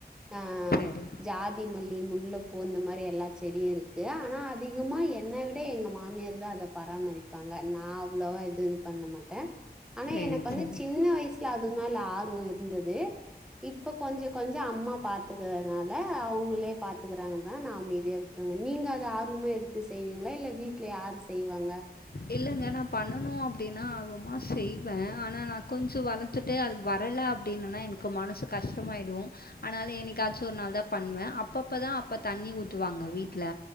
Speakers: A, in the centre; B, on the left (about 65°).
A: ஆ
B: சரி
A: ஜாத் திமல்லி முல்லபூ இந்த மாரி எல்லா செடியு இருக்கு ஆனா அதிகமா என்ன விட எங்க மாமியார் தா அதப் பராமரிப்பாங்க நா அவ்ளவா இது இது பண்ண மாட்ட ஆனா
B: சரி,
A: எனக்கு வந்து
B: சரி.
A: சின்ன வயிசில அது மேல ஆர்வோ இருந்தது இப்ப கொஞ்ச கொஞ்ச அம்மா பாத்துக்கிறனால அவங்களேப் பாத்துக்கிறாங்க தா நா அமைதியாவிட் க நீங்க அத ஆர்வமா எடுத்து செய்வீங்ளா இல்ல வீட்ல யாரு செய்வாங்
B: இல்லங்க நா பண்ணனு அப்டினா ஆர்வமா செய்வ ஆனா நா கொஞ்ச வளந் துட்டு அது வரல அப்டினானா எனக்கு மனசு கஷ்டமாயிடு ஆனால என்னைக்காச்சு ஒரு நாள் தா பண்ணுவ அப்பப்ப தா அப்ப தண்ணி ஊத்துவாங்க வீட்ல